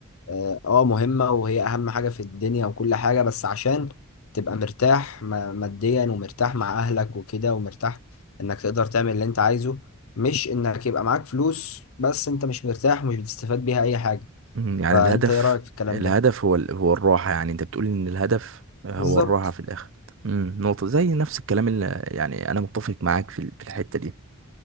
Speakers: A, on the left; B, on the right.
A: اه آه، مهمة وهي أهم حاجة في الدنيا وكل حاجة بس عشان تبقى مرتاح ما- ماديا ومرتاح مع أهلك وكده ومرتاح إنك تقدر تعمل اللي أنت عايزه مش إنك يبقى معاك فلوس بس أنت مش مرتاح ومش بتستفاد بيها أي حاجة
B: مم، يعني
A: فأنت
B: الهدف
A: إيه رأيك في الكلام
B: الهدف
A: ده؟
B: هو ال... هو الراحة يعني انت بتقول ان الهدف هو
A: بالظبط
B: الراحة في الاخر مم، نقطة زي نفس الكلام اللي يعني انا متفق معاك في ال- في الحتة دي